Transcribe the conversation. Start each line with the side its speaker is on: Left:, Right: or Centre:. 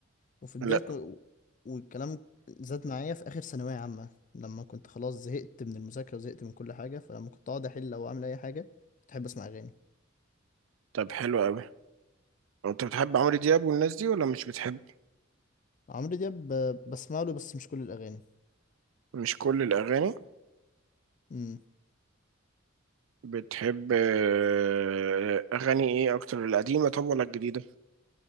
Left: وفي بداية
Right: لا
Left: كو- والكلام زاد معايا في آخر ثانوية عامة لما كنت خلاص زهقت من المذاكرة وزهقت من كل حاجة فلما كنت أقعد أحل أو أعمل أي حاجة كنت أحب أسمع أغاني
Right: طب حلو قوي انت بتحب عمرو دياب والناس دي ولا مش بتحب
Left: عمرو دياب ب- بسمع له بس مش كل الأغاني
Right: مش كل الاغاني
Left: امم
Right: بتحب آه، أغاني إيه أكتر القديمة طب ولا الجديدة؟